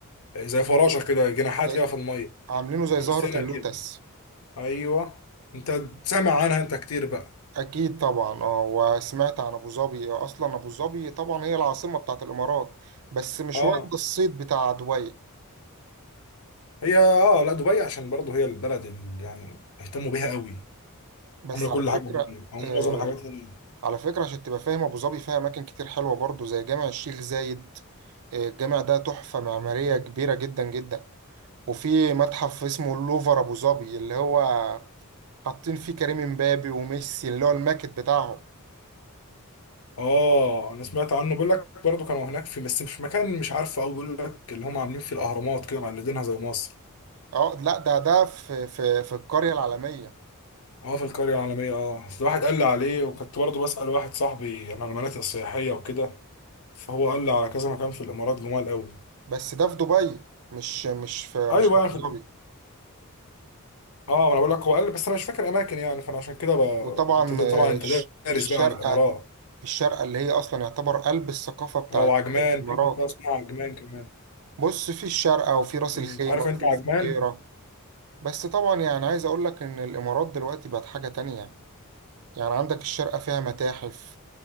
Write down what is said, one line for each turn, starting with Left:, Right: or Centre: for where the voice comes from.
Left: زي فراشه كده جناحات
Right: زي
Left: كده في الميه
Right: عاملينه زي
Left: السنه
Right: زهرة اللوتس
Left: كده ايوه انت سامع عنها انت كتير بقى
Right: أكيد طبعا اه وسمعت عن أبو ظبي آه، أصلا أبو ظبي طبعا هي العاصمة بتاعت الإمارات بس مش
Left: اه
Right: واخدة الصيت بتاع دبي
Left: هي اه لا دبي عشان برضه هي البلد اللي يعني اهتموا بيها قوي
Right: بس
Left: عامله
Right: على
Left: كل
Right: فكرة
Left: حاجه هناك او معظم
Right: آه
Left: الحاجات هناك
Right: على فكرة عشان تبقى فاهم أبو ظبي فيها أماكن كتير حلوة برضه زي جامع الشيخ زايد آه، الجامع ده تحفة معمارية كبيرة جدا جدا وفي متحف اسمه اللوفر ابو ظبي اللي هو حاطين فيه كريم امبابي وميسي اللي هو الماكت بتاعهم
Left: اه انا سمعت عنه بيقول لك برضه كانوا هناك في بس مش في مكان مش عارفه قوي بيقول لك اللي هم عاملين فيه الاهرامات كده مقلدينها زي مصر
Right: اه لا ده ده في في في القرية العالمية
Left: اه في القرية العالمية اه بس واحد قال لي عليه وكنت برضه بسأل واحد صاحبي عن المناطق السياحية وكده فهو قال لي على كذا مكان في الإمارات جمال قوي
Right: بس ده في دبي مش مش في
Left: ايوه
Right: مش في ابو
Left: يعني في
Right: ظبي
Left: الإم- اه ما انا بقول لك هو قال لي بس انا مش فاكر اماكن يعني فانا عشان كده ب...
Right: وطبعا
Left: انت ت-
Right: آه،
Left: طبعا انت
Right: الش-
Left: دارس
Right: الشارقة
Left: بقى عن الامارات
Right: الشارقة اللي هي اصلا يعتبر قلب الثقافة بتاعت
Left: اه وعجمان
Right: الامارات
Left: في منطقه اسمها عجمان كمان
Right: بص في الشارقة وفي راس
Left: مم.
Right: الخيمة
Left: عارف
Right: وفي
Left: انت عجمان
Right: الفجيرة بس طبعا يعني عايز اقول لك ان الامارات دلوقتي بقت حاجة تانية يعني عندك الشارقة فيها متاحف